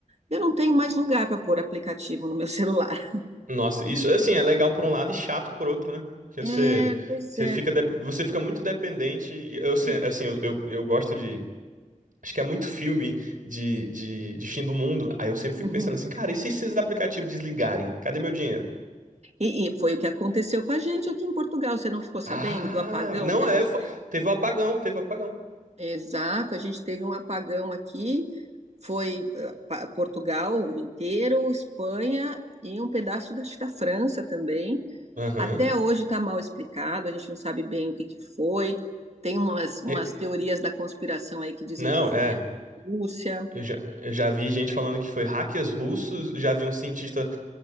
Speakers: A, on the right (about 55°); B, on the right (about 85°).
A: Eu não tenho mais lugar para pôr aplicativo no meu <laughs> celular.
B: Nossa, isso assim é legal por um lado e chato por outro, né? Porque
A: É,
B: você,
A: pois
B: você
A: é.
B: fica, dep- você fica muito dependente. E Eu, se-
A: E,
B: assim, eu, eu, eu gosto de. Acho que é muito filme de, de, de fim do mundo. Aí eu sempre fico
A: uhum.
B: pensando assim, cara, e se esses aplicativos desligarem? Cadê meu dinheiro?
A: E- e foi o que aconteceu com a gente aqui em Portugal. Você não ficou sabendo
B: Ah,
A: do apagão
B: não
A: que a gente
B: é. fo-
A: teve?
B: Teve o apagão, teve o apagão.
A: Exato, a gente teve um apagão aqui, foi eh, pa- Portugal inteiro, Espanha e um pedaço da, acho que da França também.
B: Aham.
A: Até hoje está mal explicado, a gente não sabe bem o que que foi. Tem umas, umas
B: E-
A: teorias da conspiração aí que dizem
B: Não,
A: que foi
B: é.
A: a Rússia.
B: Eu já, eu já vi gente falando que foi hackers russos, já vi um cientista